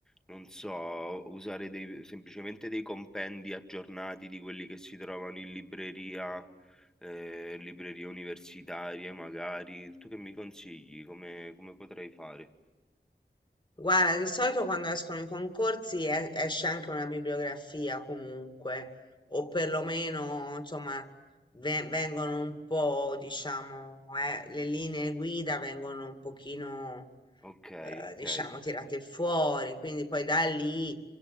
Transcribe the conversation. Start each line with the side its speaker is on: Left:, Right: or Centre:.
Centre: non so, usare dei- semplicemente dei compendi aggiornati di quelli che si trovano in libreria? eh, librerie universitarie magari. Tu che mi consigli? Come, come potrei fare?
Left: Guarda, di solito quando escono i concorsi e- esce anche una bibliografia comunque, o perlomeno, insomma, ve- vengono un po', diciamo, eh, le linee guida vengono un pochino,
Centre: Ok,
Left: eh,
Centre: ok.
Left: diciamo, tirate fuori, quindi poi da lì,